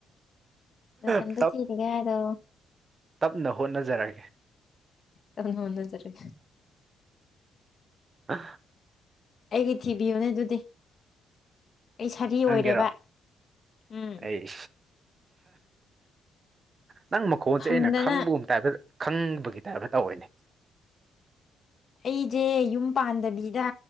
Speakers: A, on the left (about 50°); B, on the right (about 35°).
A: ꯅꯊꯟꯇ
B: ꯞ
A: ꯊꯤꯔꯒꯦ ꯍꯥꯏꯔꯣ
B: ꯇꯞꯅ ꯍꯣꯠꯅꯖꯔꯒꯦ
A: ꯇꯅ ꯍꯅꯖꯔ
B: ꯑ
A: ꯑꯩꯒꯤ ꯊꯤꯕꯤꯌꯨꯅꯦ ꯑꯗꯨꯗꯤ ꯑꯩ ꯁꯥꯔꯤ
B: ꯅꯪꯒꯦꯔꯣ
A: ꯑꯣꯏꯔꯦꯕ ꯎꯝ
B: ꯑꯩ ꯅꯪ ꯃꯈꯣꯟꯁꯦ
A: ꯐꯪꯗꯅ
B: ꯑꯩꯅ ꯈꯪꯕꯒꯨꯝ ꯇꯥꯏꯞꯇ ꯈꯪꯕ ꯒꯤ ꯇꯥꯏꯐ ꯇꯧꯑꯣꯏꯅꯦ
A: ꯑꯩꯁꯦ ꯌꯨꯝ ꯄꯥꯟꯗꯕꯤꯗ